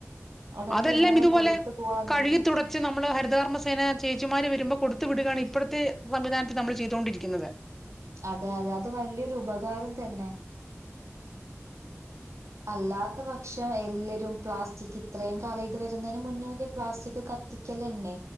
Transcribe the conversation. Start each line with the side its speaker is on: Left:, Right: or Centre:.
Right: അതൊക്കെ
Centre: അതെല്ലാം
Right: ഇങ്ങനെ
Centre: ഇതുപോലെ
Right: കൊടുത്തു പോവാന്നുള്ളത്
Centre: കഴുകി തുടച്ച് നമ്മള് ഹരിതകർമ്മ സേന ചേച്ചിമാര് വരുമ്പോ കൊടുത്തു വിടുകയാണ് ഇപ്പോഴ ത്ത് വം <unintelligible> വിധാനത്ത് നമ്മൾ ചെയ്തൊണ്ടിരിക്കുന്നത്
Right: അതെ അതെ അത് വല്ല്യരു ഉപകാരം തന്നെ അല്ലാത്ത പക്ഷം എല്ലരും പ്ലാസ്റ്റിക് ഇത്രയും കാല ഇത് വരുന്നയ്ന് മുന്നൊക്കെ പ്ലാസ്റ്റിക് കത്തിക്കല ന്നെ